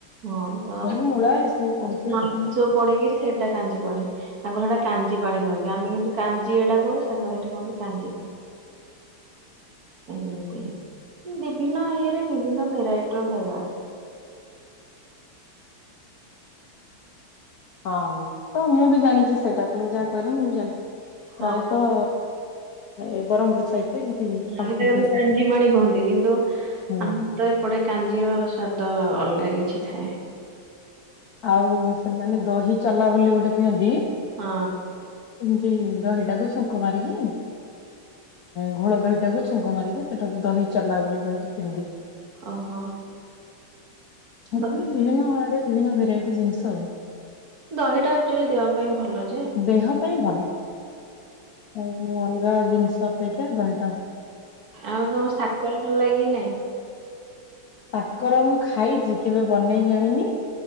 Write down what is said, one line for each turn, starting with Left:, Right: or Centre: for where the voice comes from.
Right: ହଁ ତ
Left: ଛୁଇଁ ମୂଳା ଏସବୁ ପଡୁଥିବ
Right: ଏମତି ସବୁ ପଡିକିରି ସେଟା କାଜିବଣି ତାଙ୍କର ସେଇଟା କାଞ୍ଜି ପାଣି କୁହନ୍ତି ଆମେ କିନ୍ତୁ କାଞ୍ଜି ଏଇଟା କହୁ ସାଙ୍ଗ ସେଇଠା କୁହନ୍ତି କାଞଜି ପାଣି ଏମିତି ବିଭିନ୍ନ ଇଏରେ ବିଭିନ୍ନ ଭେରାଇଟିର ଖାଇବା
Left: ହଁ ତ ମୁଁ ବି ଜାଣିଛି ସେଇଟା ତମେ ଯାହା କହିଲ ମୁଁ ବି ଜାଣିଛି।
Right: ହଁ
Left: ପ୍ରାୟତଃ ଏ ବ୍ରହ୍ମପୁର ସାଇଡ। ରେ ଏମିତି ଖାଉଛନ୍ତି
Right: ହଁଟ
Left: ଏଇଟା
Right: କାଞ୍ଜି ପାଣି କୁହନ୍ତି କିନ୍ତୁ
Left: ହୁଁ
Right: ଆମର ତ ଏପଟେ କାଞ୍ଜିର ସ୍ଵାଦ ଅଲଗା। କିଛିି ଥାଏ।
Left: ଆଉ ସେମାନେ ଦହି ଚଲା ବୋଲି ଗୋଟେ ପିଅନ୍ତି।
Right: ହଁ।
Left: ସେ ଦହିଟାକୁ ଛୁଙ୍କ ମାରିକି ଘୋଳ ଦହିଟାକୁ। ୁଙ୍ଗ ମାରିକି ସେଟାକୁ ଦହି ଚଲଲା ବୋଲି କହିକି ପିଅନ୍ତି।
Right: ଓହୋ।
Left: ଆ
Right: ଦହି
Left: ବିଭିନ୍ନ ଆଡ଼େଡେ ବିଭିନ୍ନ ଭେରାଇଟି ଜିନିଷ ଆଉ
Right: ଦହିଟା ଆକଚୁଆଲି ଦେହ ପାଇଁ ଭଲ ।
Left: ଦେହ ପାଇଁ ଭଲ, ଆ ଅଲଗା ଜିନିଷ ଅପେକ୍ଷା ଦହ
Right: ଆଉ ତମ ସାକର ଭଲ ଲାଗ କି ନାଇଁ?
Left: ସାକର ମୁଁ ଖାଇଛି କେବେ ବନେଇ ଜାଣିନି।